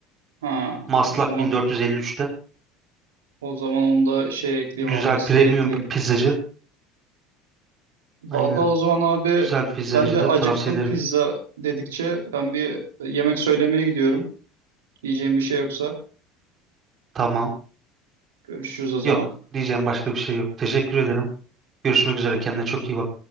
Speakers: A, on the right (about 70°); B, on the right (about 30°).
A: Ha,
B: Maslak
A: o zaman
B: 1453'te.
A: o zaman onu da şey ekleyeyim
B: Güzel
A: abi listeye
B: premium
A: ekleyeyim.
B: bir pizzacı.
A: Vallahi
B: Aynen.
A: o zaman abi
B: Güzel bir pizzacıdır.
A: ben de acıktım
B: Tavsiye ederim.
A: pizza dedikçe ben bir yemek söylemeye gidiyorum. Diyeceğim bir şey yoksa
B: Tamam.
A: görüşürüz o zaman.
B: Yok. Diyeceğim başka bir şey yok. Teşekkür ederim. Görüşmek üzere. Kendine çok iyi bak.